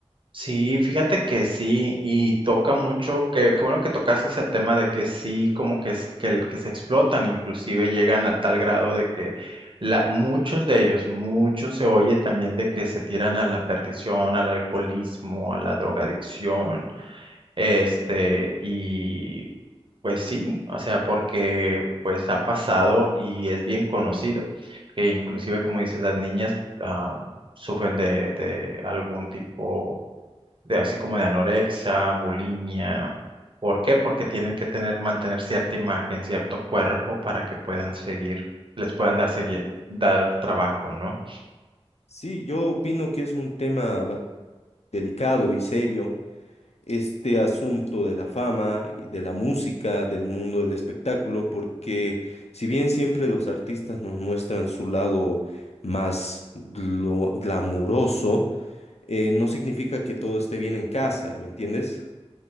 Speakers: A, on the right; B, on the left.
A: Sí, fíjate que sí, y toca mucho, que, qué bueno que tocaste ese tema de que sí, como que, es- que, el- que se explotan, inclusive llegan a tal grado de que la, muchos de ellos, muchos se oye también de que se tiran a la perdición, al alcoholismo, a la drogadicción, este, y pues sí, o sea, porque pues ha pasado y es bien conocido, que inclusive como dices, las niñas ah, sufren de, de algún tipo de así como de anorexia, bulimia. ¿Por qué? Porque tienen que tener, mantener cierta imagen, cierto cuerpo para que puedan seguir, les puedan dar segui- dar trabajo, ¿no?
B: Sí, yo opino que es un tema ba- delicado y serio, este asunto de la fama, y de la música, del mundo del espectáculo, porque si bien siempre los artistas nos muestran su lado más glo- glamuroso, eh, no significa que todo esté bien en casa, ¿me entiendes?